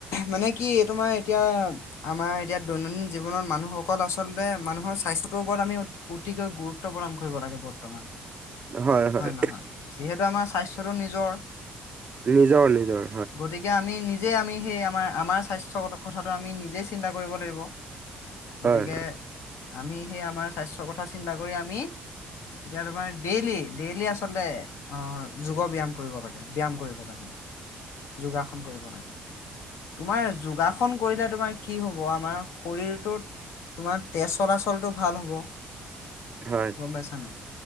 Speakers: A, on the left; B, on the right.
A: মানে কি তোমাৰ এতিয়া আমাৰ এতিয়া দৈনন্দিন জীৱনত মানুহসকল আচলতে মানুহৰ স্বাস্থ্য টোৰ ওপৰত আমি অতিকৈ গুৰুত্ব প্ৰদান কৰিব লাগে বৰ্তমান।
B: হয় হয়।
A: নহয় যিহেতু আমাৰ স্বাস্থ্যটো নিজৰ
B: নিজৰ-নিজৰ।
A: গতিকে আমি নিজ নিজে আমি সেই আমাৰ -আমাৰ স্বাস্থ্য কথাটো আমি নিজে চিন্তা কৰিব লাগিব।
B: হয়
A: গতিকে আমি সেই আমাৰ স্বাস্থ্যৰ কথা চিন্তা কৰি আমি, এতিয়া তোমাৰ ডেইলি ডেইলি আচলতে, অহ যোগ' ব্যায়াম কৰিব লাগে, ব্যায়াম কৰিব লাগে। যোগাসন কৰিব লাগে। তোমাৰ যোগাসন কৰিলে তোমাৰ কি হব, আমাৰ শৰীৰটোত তোমাৰ তেজ চলাচলটো ভাল হব।
B: হয়
A: গম পাইছা নাই?